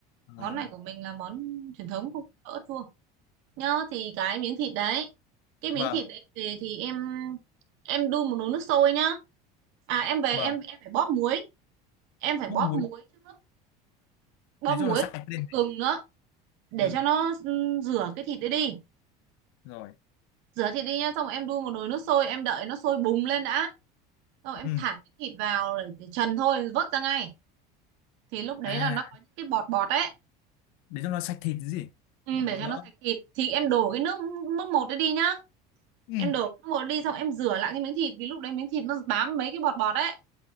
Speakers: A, on the right; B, on the left.
A: món
B: à,
A: này của mình là món truyền thống không có ớt chuông nhớ thì cái miếng thịt đấy cái miếng
B: vâng
A: thịt đấy về thì em em đun một nồi nước sôi nhá à em về
B: vâng
A: em em phải bóp muối em phải
B: bóp
A: bóp
B: muối
A: muối trước bóp
B: để
A: muối
B: cho nó sạch lên
A: có gừng nữa để
B: ừ
A: cho nó ừm, rửa cái thịt đấy đi
B: rồi
A: rửa thịt đi nhá xong rồi em đun một nồi nước sôi em đợi nó sôi bùng lên đã xong rồi em
B: ừ
A: thả cái thịt vào để, để trần thôi vớt ra ngay thì lúc đấy
B: à
A: là nó có những cái bọt bọt ấy
B: để cho nó sạch thịt chứ gì
A: ừ,
B: nó
A: để cho
B: đỡ
A: nó sạch thịt thì em đổ cái nước mức một đấy đi nhá
B: ừ
A: em đổ cái nước một đi xong em rửa lại cái miếng thịt vì lúc đấy miếng thịt nó bám mấy cái bọt bọt ấy